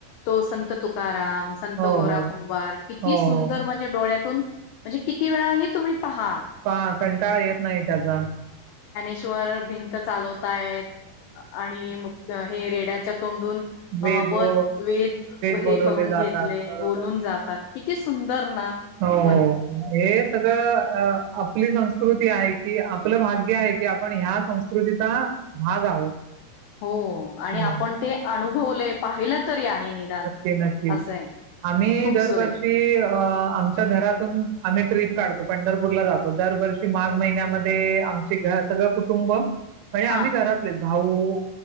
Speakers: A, on the left; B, on the right.
A: तो संत तुकाराम संत
B: हो
A: गोरा
B: हो
A: कुंभार किती
B: हो
A: सुंदर
B: हो
A: म्हणजे डोळ्यातून म्हणजे किती वेळा हि तुम्ही पहा
B: ह कंटाळा येत नाही त्याजा.
A: <unintelligible> वर भि चालवताय आणि हे रेड्याच्या तोंडून
B: वेद
A: वत
B: व
A: वेद हे
B: बोलवले
A: करून
B: जातात
A: घेतले,
B: बरोबर
A: बोलून जातात. किती सुंदर --
B: हो.
A: <unintelligible>
B: हे सगळं आपली संस्कृती आहे की आपलं भाग्य आहे. की आपण ह्या संस्कृतीचा, भाग आहोत.
A: हो, आणि
B: हो
A: आपण ते अणूभवले- - पाहिल तरी आहे. निदान
B: नक्की नक्की,
A: असं आहे.
B: आम्ही
A: खूप
B: दरवर्षी
A: सुरेख
B: अ आमच्या घरातून आम्ही ट्रिप- - काढतो. पंढरपूरला जातो, दरवर्षी माघ महिन्यामध्ये आम सगळं कुटुंब म्हणजे, आम्ही
A: हा
B: घरातलेच भाऊ